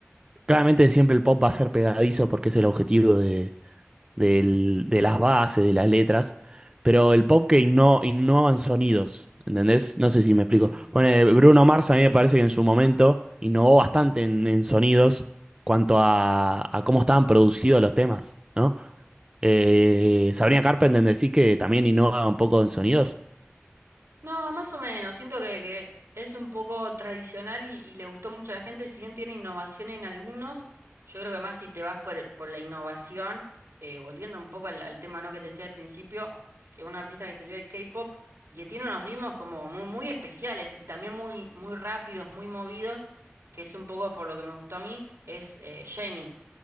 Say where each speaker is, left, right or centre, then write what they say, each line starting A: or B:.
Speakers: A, on the right; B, on the right.
A: Claramente siempre el pop va a ser pegadizo porque es el objetivo del- de las bases, de las letras, pero el pop que inno- innova en sonidos, ¿entendés? No sé si me explico.
B: sí.
A: Bueno, Bruno Mars a mí me parece que en su momento innovó bastante en, en sonidos cuanto a, a cómo estaban producidos los temas, ¿no? Eh, Sabrina Carpenter decís que también innova un poco en sonidos.
B: No, más o menos. Siento que, que es un poco tradicional y, y le gustó mucho a la gente. Si bien tiene innovación en algunos, yo creo que más si te vas por, el- por la innovación, eh, volviendo un poco al, al tema no que te decía al principio, que un artista que salió del K-pop y que tiene unos ritmos como muy, muy especiales y también muy, muy rápidos, muy movidos, que es un poco por lo que me gustó a mí, es eh, Jennie.